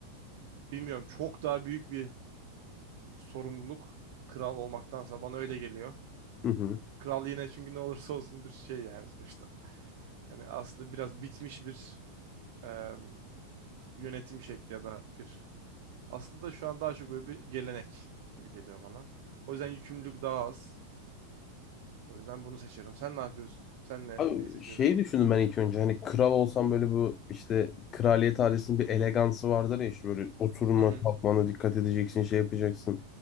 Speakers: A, on the right; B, on the left.
A: bilmiyorum çok daha büyük bir sorumluluk kral olmaktansa bana öyle geliyor.
B: Hı hı.
A: Kral yine çünkü ne olursa olsun bir şey yani sonuçta. Yani aslında biraz bitmiş bir e, yönetim şekli ya da bir aslında şu an daha çok böyle bir gelenek gibi geliyor bana. O yüzden yükümlülük daha az. O yüzden bunu seçerim. Sen ne yapıyorsun? Sen ne
B: Abi
A: neyi seçiyorsun?
B: şey düşündüm ben ilk önce hani kral olsam böyle bu işte kraliyet ailesinin bir elegansı vardır ya işte böyle oturma
A: Hı hı.
B: kalkmana dikkat edeceksin şey yapacaksın.